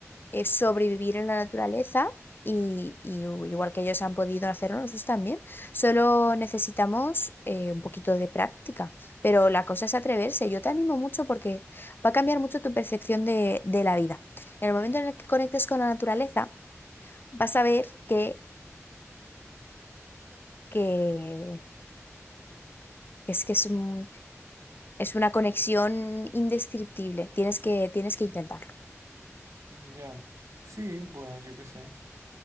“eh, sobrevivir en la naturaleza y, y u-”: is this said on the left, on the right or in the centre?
Left